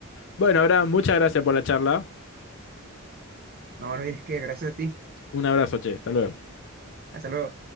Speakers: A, on the left (about 60°); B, on the right (about 45°).
A: Bueno, Abraham, muchas gracias por la charla.
B: No, no, es que gracias a ti.
A: Un abrazo, che, hasta luego.
B: Hasta luego.